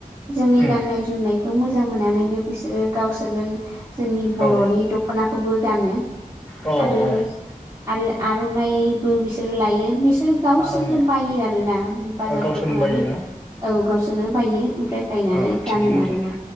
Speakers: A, on the right; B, in the centre.
A: जोंनि
B: उम
A: गाननाय जोमनायखौ मोजां मोननानैनो बिसो रो गावसोरनो जोंनि बर'नि
B: औ
A: दख'नाखौबो गानो
B: औ
A: आरो
B: औ
A: आरो आर'नाइ बो बिसोर लायो बिस सोर गावसोरनो
B: आर'नाइ
A: बायो आरोना बाजारफ्राव
B: गावसोरनो
A: थांनानै।
B: बायोना
A: औ गावसोरनो बायो ओमफ्राय बायनानै
B: औ थिगैनो
A: गानो आरोना।
B: दं